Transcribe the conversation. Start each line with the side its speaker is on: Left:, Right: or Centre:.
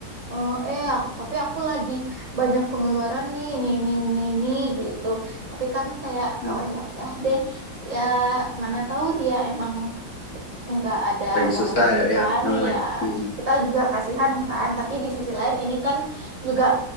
Right: "Oh, eh aku tapi aku lagi banyak pengeluaran nih nih nih nih nih gitu tapi kami kayak
Left: hmm.
Right: oh ya udah deh ya mana tahu dia emang nggak ada
Left: lagi
Right: uang
Left: susah
Right: lebih
Left: ya
Right: kan
Left: ya namanya
Right: ya
Left: lagi Hmm,
Right: kita juga kasihan kan tapi di sisi lain ini kan juga